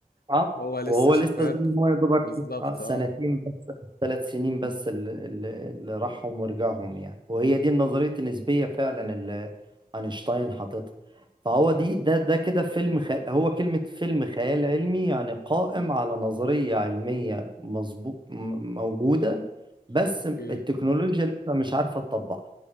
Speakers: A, on the right (about 30°); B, on the left (about 80°).
A: اه
B: وهو لسه
A: وهو
B: شباب
A: لسه زي ما هو يا دوبك
B: بالظبط
A: آه، سنتين
B: اه
A: بس ثلاث سنين بس اللي, اللي اللي راحهم ورجعهم يعني وهي دي النظرية النسبية فعلا اللي أينشتاين حاططها فهو دي ده ده كده فيلم خ... هو كلمة فيلم خيال علمي يعني قائم على نظرية علمية مظبوط م- موجودة بس
B: اوكي
A: التكنولوجيا لسه مش عارفة تطبقها